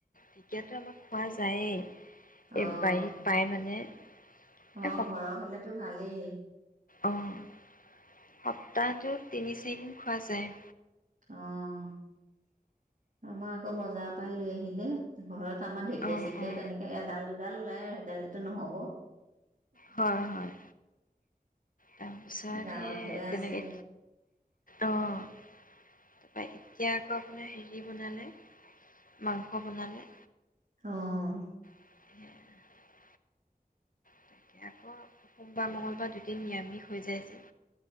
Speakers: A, on the left (about 65°); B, on the right (about 60°).
A: তেতিয়াতো আমাক পোৱা যায়ে এই
B: অ',
A: বাৰীত পাই, মানে এই
B: অ', ঘৰৰ হ'লেতো ভালেই।
A: অ', সপ্তাহটোত তিনি-চাৰিদিন খোৱা যায়।
B: অ'। আমাৰ আকৌ বজাৰ পাই লৈ আহিলে, ঘৰত আমাৰ ঢেকীয়া
A: অঁ
B: চেকীয়া
A: অঁ
B: তেনেকে এডাল দুডাল ওলা লাই, সেইডালেতো নহ'ব।
A: হয়, হয়। তাৰপিছত
B: গাঁৱত
A: সেই
B: হ'লে
A: তেনেকে,
B: আছে
A: ‌অ' তাৰপা এতিয়া আকৌ আপোনাৰ হেৰি বনালে মাংস বনালে।
B: অ'
A: <inaudible> তাতে আকৌ সোমবাৰ মঙ্গলবাৰ দুদিন নিৰামিষ হৈ যায় যে।